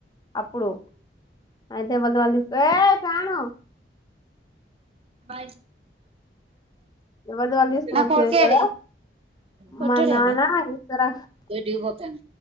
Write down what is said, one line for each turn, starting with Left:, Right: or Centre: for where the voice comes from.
Left: అప్పుడు అయితే ఎవ్వల్ది వాళ్ళు తీస్ ఏయ్ శ్రావణు
Right: <inaudible>
Left: ఎవరిది వాళ్ళు తీసుకొని
Right: నా
Left: వచ్చేది
Right: కొడుకేడి
Left: కదా
Right: పొట్టోడేడే
Left: మా నాన్న ఇస్తారా
Right: దొడ్డికి పో తన్